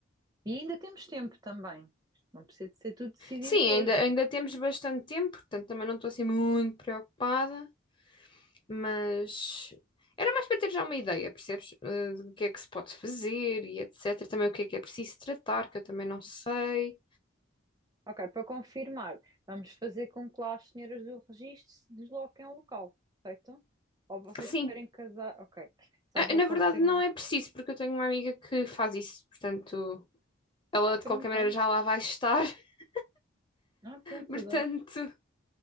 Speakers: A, on the right; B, on the left.
A: E ainda temos tempo também. Isto Não precisa de ser tudo decidido
B: Sim,
A: hoje.
B: ainda, ainda temos bastante tempo, portanto também não estou assim muito preocupada. mas era mais para ter já uma ideia, percebes? Eh, do que é que se pode fazer e etc. Também o que é que é preciso tratar, que eu também não sei.
A: Ok, para confirmar, vamos fazer com que lá as senhoras do registro se desloquem ao local, correto? Ou vocês
B: Sim,
A: preferem casar? Ok, só
B: ah,
A: para
B: na
A: confirmar.
B: verdade não é preciso, porque eu tenho uma amiga que faz isso, portanto. Ela
A: Ah,
B: de
A: pronto,
B: qualquer maneira
A: olha.
B: já lá vai estar, <laughs>
A: Ah, pronto,
B: portanto,
A: adoro.